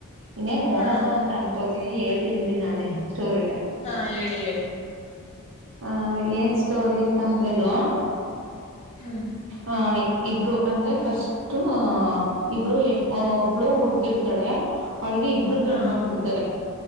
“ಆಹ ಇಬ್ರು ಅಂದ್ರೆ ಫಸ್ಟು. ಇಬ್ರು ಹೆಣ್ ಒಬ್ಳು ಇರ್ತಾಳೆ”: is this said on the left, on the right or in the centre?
Right